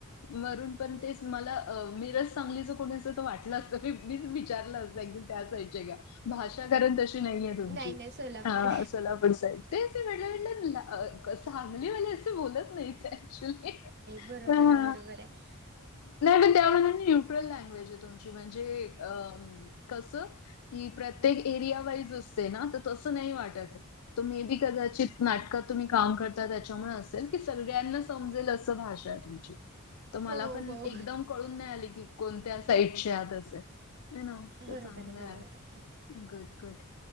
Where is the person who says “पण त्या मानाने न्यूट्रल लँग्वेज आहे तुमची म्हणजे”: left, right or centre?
Left